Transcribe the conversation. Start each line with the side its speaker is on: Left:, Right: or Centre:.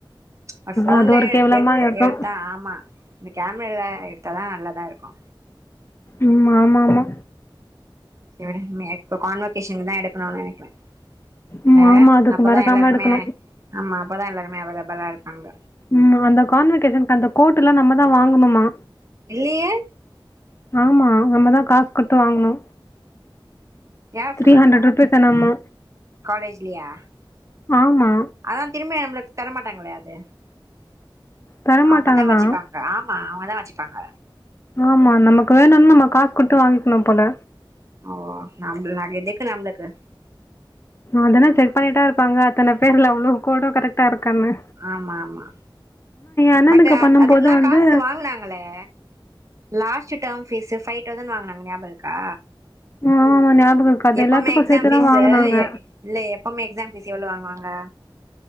Right: ஒரு ஃபோன்ல
Left: அது ஒரு கேவலமா
Right: எ
Left: எடுத்தோ
Right: எடுத்தா ஆமா இந்த கேமரால எடுத்தாதா நல்லதா இருக்கு
Left: உம் ஆமா ஆமா
Right: இவனுக்கு மே இப்போ கான்வகேஷன் தா எடுக்கணுன் நெனைக்குறே
Left: ம்
Right: பேங்க்
Left: ஆமா அதுக்கு
Right: அப்பதா
Left: மறக்காம
Right: எல்லாருமே
Left: எடுக்கணு
Right: ஆமா அப்பதா எல்லாருமே அவைலபிளா இருப்பாங்க
Left: ம் அந்த கான்வெகேஷனுக்கு அந்த கோட் எல்லா நம்ம தா வாங்கணுமா
Right: இல்லியே
Left: ஆமா நம்மதா காசு குடுத்து வாங்கணு
Right: யார்
Left: த்ரீ
Right: சொன்னாங்க
Left: ஹண்ட்ரட் ரூபிஸ் என்னமோ
Right: காலேஜ்லயா
Left: ஆமா
Right: அதா திரும்பயு நம்மளுக்கு தரமாட்டாங்களே அது
Left: தரமாட்டாங்க
Right: அவுங்கதா வச்சுப்பாங்க
Left: தான்.
Right: ஆமா அவுங்கதா வச்சுப்பாங்க
Left: ஆமா நமக்கு வேணுன் நம்ம காசு குடுத்து வாங்கிக்கணு போல
Right: ஓ நம்பள ந எதுக்கு நம்பளுக்கு
Left: அதனா செக் பண்ணிட்டா இருப்பாங்க அத்தன பேர்ல அவ்ளோ கோடு கரெக்டா இருக்கானு
Right: ஆமா ஆமா
Left: அண்ணனுக்கு
Right: பட் அ
Left: பண்ணும்போது
Right: அதுக்கெல்லா
Left: வந்து
Right: காசு வாங்குனாங்களே last term fees five thousand வாங்குனாங்க ஞாபக இருக்கா
Left: ஆ ஆமா ஞாபகம் இருக்கு. அது
Right: எப்பவுமே
Left: எல்லாத்துக்கும்
Right: எக்ஸாம்
Left: சேர்த்து
Right: ஃபீஸு
Left: தான் வாங்குனாங்க.
Right: எ இல்ல எப்பவுமே எக்ஸாம் ஃபீஸ் எவ்ளோ வாங்குவாங்க